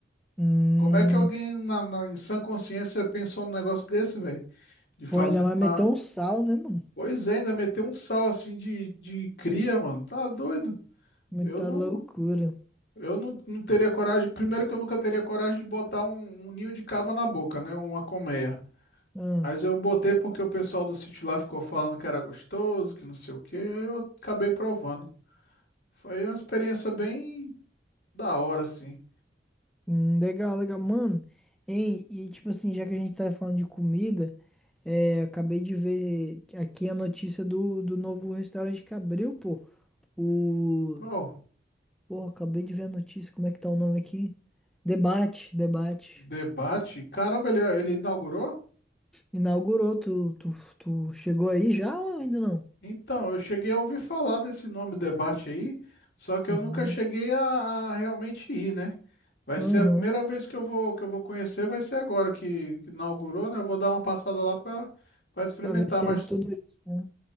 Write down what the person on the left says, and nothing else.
Como é que alguém na, na- em sã consciência pensou num negócio desse, velho? De fazer
uma.
Pois é, ainda meter um sal assim de, de cria, mano. Tá doido?
Eu não,
eu não, não teria coragem. Primeiro que eu nunca teria coragem de botar um, um ninho de caba na boca, né? Uma colmeia.
Mas eu botei porque o pessoal do sítio lá ficou falando que era gostoso, que não sei o quê. aí Eu acabei provando. Foi uma experiência bem da hora, assim.
Qual?
Debate? Caramba, ele, ele inaugurou?
Então, eu cheguei a ouvir falar desse nome debate aí, só que
eu nunca cheguei a, a realmente ir, né? Vai
ser a primeira vez que eu vou que eu vou conhecer, vai ser agora que, que inaugurou, né? Eu vou dar uma passada lá para para experimentar,
mas